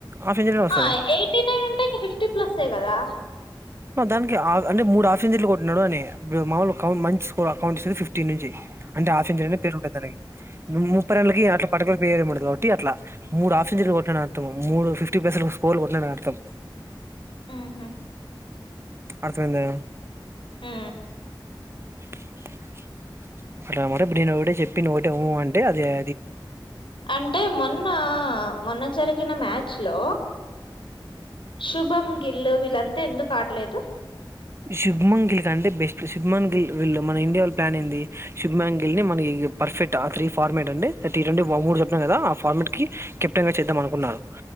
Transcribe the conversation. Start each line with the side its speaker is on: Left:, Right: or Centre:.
Right: హాఫ్ సెంచరీ వస్తది
Left: ఆ ఎయిటీ నైన్ అంటే ఇక ఫిఫ్టీ ప్లస్సే కదా!
Right: మొత్తానికి ఆ అంటే ము అట్లెట్ల కొట్టిన్నాడు అని ఇప్పుడు మామూలు కావు మంచి స్కోర్ అకౌంట్ ఇస్తది ఫిఫ్టీన్ నుంచి అంటే ఆఫీన్ ేరుంటాయి తన ముప్పైెలకి అట్లా పటులు పేయరు రోటి అట్లా మూడు హాఫ్ సెంచరీలు కొట్టిన నాను మూడు ఫిఫ్టీ ప్లస్ లా స్కోల్ కొట్టినా నేను అర్థం
Left: మ్హా
Right: అర్థమైంది
Left: ఆ
Right: ఉ అట్లా మర నే ఒకటే చెప్పినోటె ఉ అంటే అది ఆ
Left: అంటే మొన్న మొన్న జరిగిన స్లో శుభం గిల్లు వీరు అయితే ఎందుకు ఆడలేదు
Right: శుభమన్ గిల్ కంటే బెస్ట్ శుభమన్ గిల్ వీల్ళ మన ఇండీయా వాళ్ళ ప్లాన్ ఏంది శుభమంగిల్ ని మనకి పర్ఫెక్ట్ ఆ త్రీ ఫార్మేట్ అంటే టీ ట్వంటీ మూడు చెప్పినం కదా. ఆ ఫార్మేట్ కి కెప్టెన్ గా చేద్దాం అనుకున్నారు.